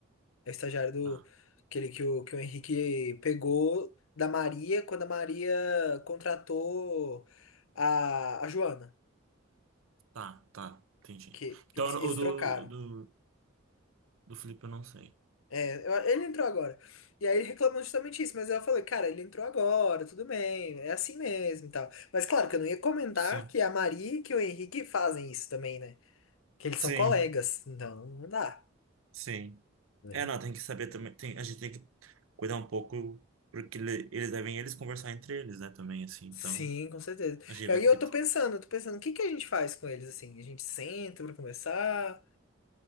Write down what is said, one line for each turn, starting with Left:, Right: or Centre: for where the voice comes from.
Left: É o estagiário do
Right: Tá,
Left: aquele que o, que o Henrique pegou da Maria quando a Maria contratou a, a Joana,
Right: tá, tá. Entendi.
Left: que
Right: Então,
Left: eles, eles
Right: o do,
Left: trocaram.
Right: do, do Felipe eu não sei.
Left: É, eu- ele entrou agora. E aí ele reclamou justamente isso, mas eu falei, cara, ele entrou agora, tudo bem, é assim mesmo e tal. Mas claro que eu não ia comentar
Right: Sim.
Left: que a Maria e que o Henrique fazem isso também, né? Que eles
Right: Sim,
Left: são colegas, então não dá,
Right: sim.
Left: né?
Right: É, não, tem que saber também. tem- a gente tem que cuidar um pouco, porque ele- eles devem eles conversar entre eles, né, também, assim. Então,
Left: Sim, com certeza.
Right: a gente
Left: E
Right: vai
Left: aí
Right: ter
Left: eu
Right: que.
Left: tô pensando, eu tô pensando, o que que a gente faz com eles assim? A gente senta pra conversar?